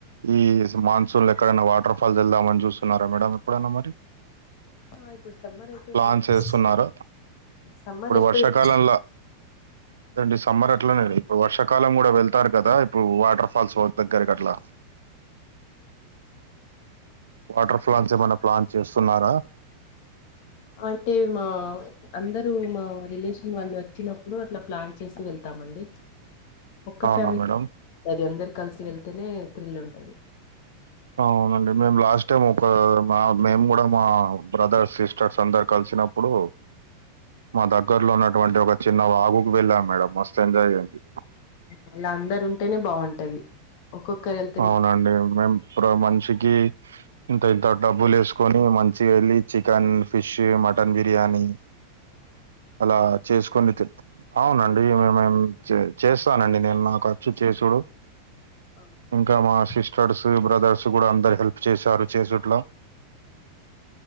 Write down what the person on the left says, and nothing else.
ఆ ఇప్పుడు సమ్మర్ అయిపోయింది
కదా
సమ్మర్
అయిపోయి
అంటే మా అందరు మా రిలేషన్ వాళ్ళు వచ్చినప్పుడు అట్లా ప్లాన్ చేసి వెళ్తామండి ఒక్క
ఫ్యామిలీ
అది అందరు కలిసి వెళ్తేనే థ్రిల్ ఉంటది
అళ్ళ అందరు ఉంటేనే బాగుంటది ఒక్కొక్కరు వెళ్
అ
వాళ్ళని